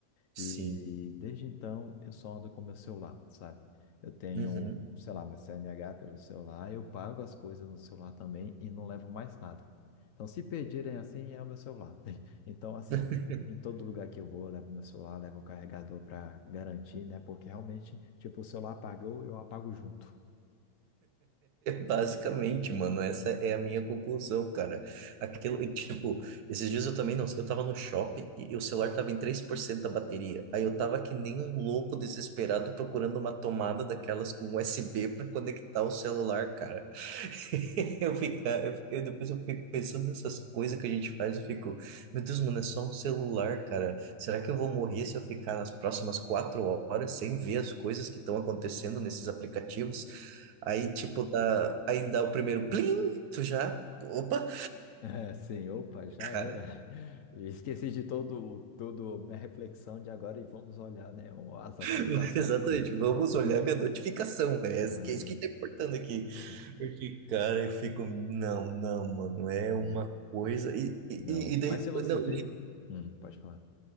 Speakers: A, on the right; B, on the left.
A: Sim.
B: E desde então eu só ando com meu celular, sabe? Eu tenho,
A: Uhum.
B: sei lá, meu CNH pelo celular, eu pago as coisas no celular também e não levo mais nada. Então, se pedirem assim, é o meu celular. <laughs> Então, assim,
A: <laughs>
B: em todo lugar que eu vou, eu levo meu celular, levo o carregador para garantir, né? Porque realmente, tipo, o celular apagou, eu apago junto. <laughs>
A: Basicamente, mano, essa é a minha conclusão, cara. Aquilo, e, tipo, esses dias eu também não, eu tava no shopping e, e o celular tava em 3% da bateria. Aí eu tava que nem um louco desesperado procurando uma tomada daquelas com USB pra conectar o celular, cara. <laughs> Eu ficar, eu, fico- eu- depois eu fico pensando nessas coisas que a gente faz, eu fico, meu Deus, mano, é só um celular, cara. Será que eu vou morrer se eu ficar nas próximas quatro horas sem ver as coisas que estão acontecendo nesses aplicativos? Aí, tipo, dá, aí dá o primeiro plim, tu já, opa,
B: É, sim, opa, já
A: cara,
B: era. <laughs> Esqueci de todo, todo minha reflexão de agora e vamos olhar, né, as atualizações.
A: <laughs> exatamente,
B: <laughs>
A: vamos olhar minha notificação, né?
B: Aham,
A: Esse que é isso que tá importando aqui.
B: aham.
A: Porque, cara, eu fico, não, não, mano, é
B: Uhum.
A: uma coisa, e, e,
B: Não,
A: e daí,
B: mas se você
A: não,
B: veio. Hum, pode falar.